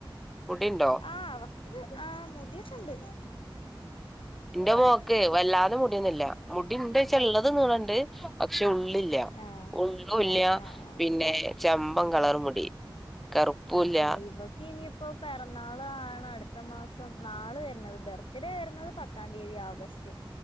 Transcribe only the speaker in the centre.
മുടിണ്ടോ
എന്റെ മോക്ക് വല്ലാതെ മുടിയൊന്നില്ല മുടിണ്ടോയ്ചാ ള്ളത് നീളണ്ട് പക്ഷെ ഉ ല്ലാ
ഉള്ളൂല്ല
പിന്നെ ചെമ് മ്പൻ കളറ് മുടി കറുപ്പൂല്ല